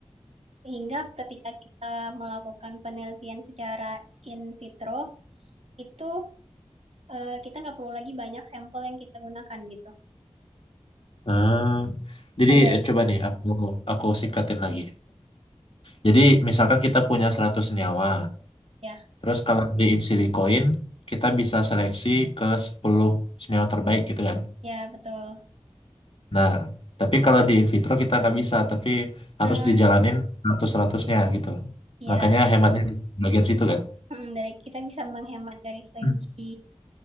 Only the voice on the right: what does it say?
sehingga ketika kita melakukan penelitian secara in vitro, itu eh, kita nggak perlu lagi banyak sampel yang kita gunakan gitu.
Dan dari
ya,
ya betul.
Nah,
ya
jadi
mm, dari kita bisa menghemat dari segi